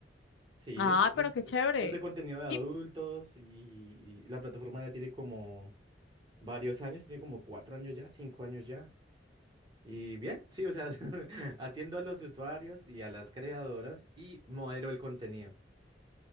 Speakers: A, on the right; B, on the left.
A: Sí,
B: Ah,
A: ent- es,
B: pero qué
A: es-
B: chévere.
A: es de contenido de adultos
B: Y,
A: y, y la plataforma ya tiene como varios años, tiene como cuatro años ya, cinco años ya. Y bien, sí, o sea, <laughs> atiendo a los usuarios y a las creadoras y modero el contenido.